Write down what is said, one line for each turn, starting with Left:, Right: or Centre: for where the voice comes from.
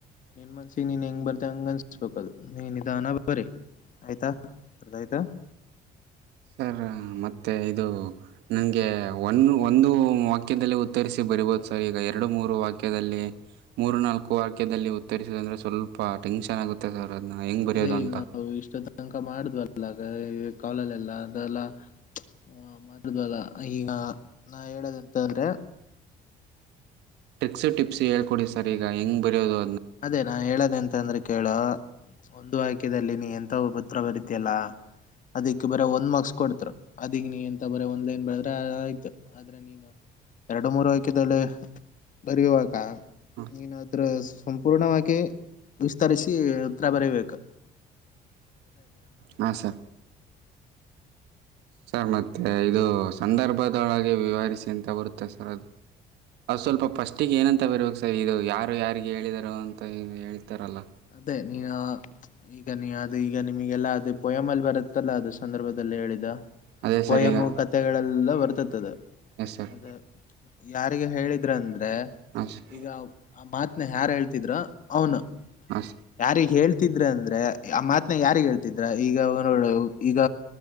Left: ನೀನ್ ಮನ್ಸಿ ನೀನ್ ಹೆಂಗ್ ಬರ್ ಹಂಗ ಅನ್ಸ್ಬೇಕ ಅದು ನೀನ್ ಇದಾನ ಬರೀ ಆಯ್ತಾ <unintelligible>
Right: ಸರ್ ಮತ್ತೆ ಇದು ನನಗೆ ಒಂದು ಒಂದು ವಾಕ್ಯದಲ್ಲಿ ಉತ್ತರಿಸಿ ಬರಿಬೋದು ಸರ್ ಈಗ ಎರಡು ಮೂರು ವಾಕ್ಯದಲ್ಲಿ ಮೂರು ನಾಲ್ಕು ವಾಕ್ಯದಲ್ಲಿ ಉತ್ತರಿಸುವ ಅಂದ್ರೆ ಸ್ವಲ್ಪ ಟೆನ್ಷನ್ ಆಗುತ್ತೆ ಸರ್ ಅದನ್ನ ಹೆಂಗೆ
Left: ಅದೇ
Right: ಬರೆಯೋದು
Left: ಈಗ
Right: ಅಂತ
Left: ನಾವು ಇಷ್ಟು ತನಕ ಮಾಡ್ವಲ್ಲ ಕಾಲಲ್ಲೆಲ್ಲ ಅದೆಲ್ಲ ಹ ಮದದವಲ್ಲ ಈಗ ನಾ ಹೇಳದಂತ ಅಂದ್ರೆ
Right: ಟ್ರಿಕ್ಸ್ ಟಪ್ಸ್ ಹೇಳ್ಕೊಡಿ ಸ ಈಗ ಹೆಂಗ್ ಬರಯೋದು
Left: ಅದೇ ನಾನ ಹೇಳದೆ ಅಂತ ಅಂದ್ರೆ ಕೇಳ ಒಂದು ವಕ್ಯದಲ್ಲಿ ನೀ ಎಂತ ಪುತ್ರ ಬರಿತಿಯಲ್ಲಾ ಅದಿಕ್ಕೆ ಬರ ಮಗಸ್ಕ ಕೊಡ್ತ ಅದಿಗ್ ನೀ ಎಂತ ಬರ ಒಂದ ಲೈನ್ ಬೆಳದ್ರೆ ಆಯ್ತು ಆದ್ರೆ ನೀನು ಎರಡು ಮೂರು ಆಯ್ಕಿದಲ್ಲಿ ಬರಿಯುವಾಗನೀನು
Right: ಹಾಂ
Left: ಅದ್ರಸ್ ಸಂಪೂರ್ಣವಾಗಿ ವಿಸ್ತರಿಸಿ ಹತ್ರ ಬರೀಬೇಕು
Right: ಹಾ ಸರ್ ಸರ್ ಮತ್ತೆ ಇದು ಸಂದರ್ಭದೊಳಗೆ ವಿವರಿಸಿ ಅಂತ ಬರುತ್ತೆ ಸರ್ ಅದು ಅದು ಸ್ವಲ್ಪ ಫಸ್ಟಿಗೆ ಏನಂತ ಬರ್ಬೇಕು ಸರ್ ಇದು ಯಾರು ಯಾರಿಗೆ ಹೇಳಾರ ಅಂತ ಹೇಳ್ತಾರಲ್ಲ
Left: ಅದೇ ನೀ ಈಗ ನೀ ಅದು ಈಗ ನಿಮಗೆಲ್ಲಾ ಅದು ಪೊಯಮ್ ಮಲ್ಲಿ ಬರುತ್ತಲ್ಲ ಅದು ಸಂದರ್ಭ ದಲ್ಲಿ ಹೇಳಿದ
Right: ಅದೇ
Left: ಪೋಯಮ್ಮು
Right: ಸರ್ ಈಗ
Left: ಕಥೆಗಳೆಲ್ಲ ಬರ್ತತದ
Right: ಎಸ್ ಸರ್
Left: ಅದೇ ಯಾರಿಗೆ ಹೇಳಿದ್ರ ಅಂದ್ರೆ
Right: ಹಾಂ ಸರ್
Left: ಈಗ ಆ ಮಾತ್ನ ಯಾರ ಹೇಳ ತಿದ್ರೋ ಅವ್ನು
Right: ಹಾಂ ಸರ್
Left: ಯಾರಿಗ್ ಹೇಳ್ತಿದ್ರ ಅಂದ್ರೆ ಆ ಮಾತ್ನ ಯಾರಿಗ್ ಹೇಳ್ತಿದ್ರ ಈಗ ನೋ ಈಗ